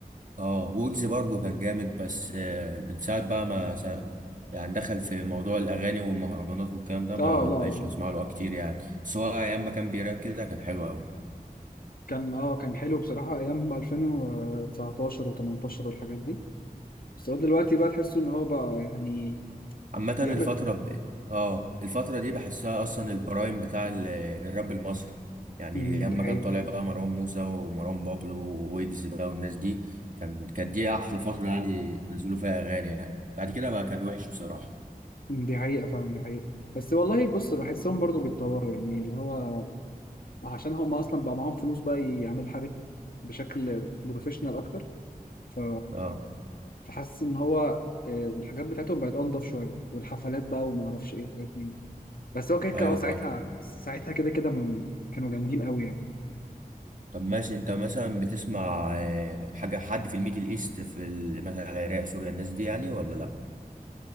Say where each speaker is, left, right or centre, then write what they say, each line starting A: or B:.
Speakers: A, on the right (about 60°); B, on the left (about 75°).
A: اه ويجز برضه كان جامد بس آه، من ساعة بقى ما سا... يعني دخل في موضوع الأغاني والمهرجانات والكلام ده ما
B: اه لا
A: بقتش
B: لا
A: بسمع له كتير يعني بس هو أيام ما كان بيراك كده كان حلو أوي
B: كان اه كان حلو بصراحة ايام 2019 و18 والحاجات دي بس هو دلوقتي بقى تحسه ان هو بقى يعني
A: عامة
B: بيعمل
A: الفترة ب... اه الفترة دي بحسها اصلا البرايم بتاع ال- الراب المصري يعني
B: مم،
A: اما
B: دي حقيقة
A: كان طالع بقى مروان موسى ومروان بابلو وويجز بقى والناس دي كان كانت دي احلى فترة يعني نزلوا فيها اغاني يعني بعد كده بقى كان وحش بصراحة
B: مم، دي حقيقة فعلا دي حقيقة بس والله بص بحسهم برضو بيتطوروا يعني اللي هو عشان هم اصلا بقى معاهم فلوس بقى يعملوا حاجات بشكل بروفيشنال اكتر ف
A: اه
B: فحاسس ان هو آه، الحاجات بتاعته بقت انضف شويه والحفلات بقى وما اعرفش ايه وحاجات من دي بس هو كده كده
A: ايوه
B: اه ساعتها
A: فاهم
B: ساعتها كده كده من- كانوا جامدين قوي يعني
A: طب ماشي انت مثلا بتسمع آه، حاجة حد في الميدل ايست في ال- مثلا العراق سوريا الناس دي يعني ولا لا؟